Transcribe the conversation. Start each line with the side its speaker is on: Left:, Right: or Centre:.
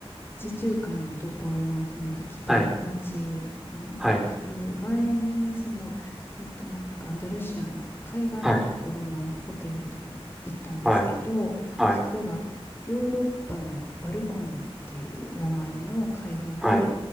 Left: 地中海のところのその行きたい街に行く前に、
Centre: はい、はい、
Left: その、えっと、なんかアンダルシアの海岸のところのホテルに行ったんですけど、
Centre: はい、はい、はい、
Left: そこがヨーロッパのバルコニーっていう名前の海岸で、
Centre: はい。